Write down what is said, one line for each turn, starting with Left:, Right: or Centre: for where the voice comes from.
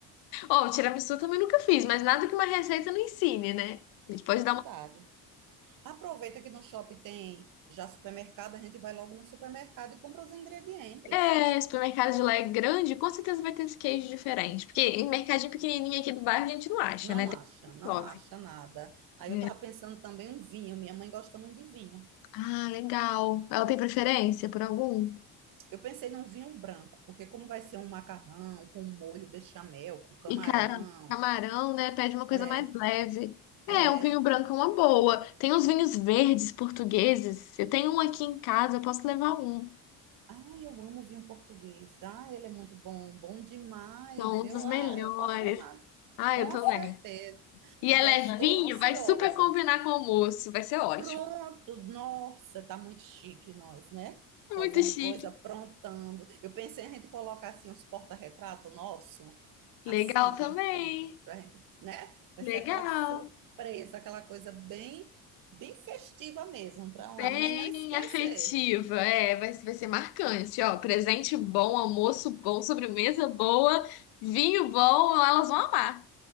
Left: Ó, o tiramisu eu também nunca fiz, mas nada que uma receita não ensine, né? A gente pode
Right: É verdade.
Left: dar uma.
Right: Aproveita que no shopping tem já supermercado, a gente vai logo no supermercado e compra os ingredientes.
Left: É, supermercado de lá é grande, com certeza vai ter esse queijo diferente. Porque em mercadinho pequenininho aqui do bairro a gente não acha,
Right: Não
Left: né? Tem
Right: acha, não
Left: shopping.
Right: acha nada. Aí
Left: Hum.
Right: eu tava pensando também um vinho, minha mãe gosta muito de vinho.
Left: Ah, legal. Ela tem preferência por algum?
Right: Eu pensei num vinho branco, porque como vai ser um macarrão com molho bechamel, com camarão,
Left: E cara, camarão, né? Pede uma coisa
Right: é,
Left: mais leve.
Right: é,
Left: É, um vinho branco é uma boa. Tem uns vinhos verdes portugueses. Eu tenho um aqui em casa, eu posso levar um.
Right: Ah, eu amo vinho português. Ah, ele é muito bom, bom demais.
Left: São um
Right: Eu,
Left: dos melhores.
Right: ah, eu apaixonada.
Left: Ah,
Right: Com
Left: eu tô.
Right: certeza.
Left: vendo. E é
Right: Já
Left: levinho,
Right: estou ansiosa.
Left: vai super combinar com o almoço. Vai ser ótimo.
Right: Pronto, nossa, tá muito chique nós, né?
Left: Muito
Right: Fazendo
Left: chique.
Right: coisa, aprontando. Eu pensei a gente colocar assim uns porta-retrato nosso,
Left: Legal
Right: assim,
Left: também.
Right: de enfeite, pra gente, né? Vai
Left: Legal.
Right: ser aquela surpresa, aquela coisa bem, bem festiva mesmo, para a
Left: Bem
Right: mãe não esquecer.
Left: afetiva. É, vai, vai ser marcante. Ó, presente bom, almoço bom, sobremesa boa, vinho bom, elas vão amar.